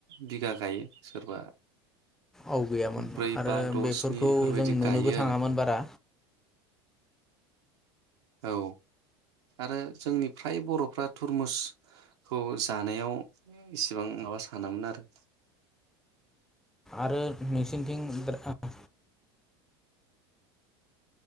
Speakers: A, on the right; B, in the centre.
A: बिगा गायो सोरबा
B: औ गैयामोन
A: ब्रै
B: आरो
A: बा द'
B: बेफोरखौ
A: स्नि बेफोरबायदि
B: जों नुनोबो
A: गायो
B: थाङामोन
A: आरो
B: बारा।
A: औ आरो जोंनि फ्राय बर'फ्रा थुरमुस खौ जानायाव इसिबां माबा सानामोन आरो। <inaudible>
B: आरो नोंसिनिथिं <unintelligible>